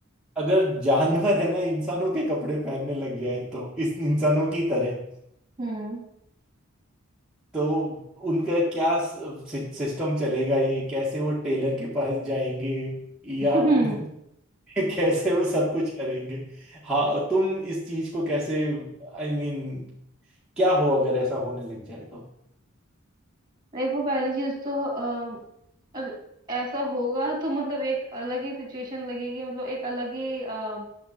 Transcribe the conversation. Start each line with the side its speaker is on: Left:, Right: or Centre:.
Centre: अगर जानवर है ना इंसानों के कपड़े पहनने लग जाए तो इस इंसानों की तरह
Right: हम्म
Centre: तो उनका क्या सिस्टम चलेगा ये कैसे वो टेलर के पास जाएंगे
Right: <laughs>
Centre: या <laughs> कैसे वो सब कुछ करेंगे हाँ तुम इस चीज को कैसे आई I मीन mean, क्या हो अगर ऐसा होने लग जाए तो
Right: देखो पहली चीज तो अ, अगर ऐसा होगा तो मतलब एक अलग ही सिचुएशन लगेगी मतलब एक अलग ही अ,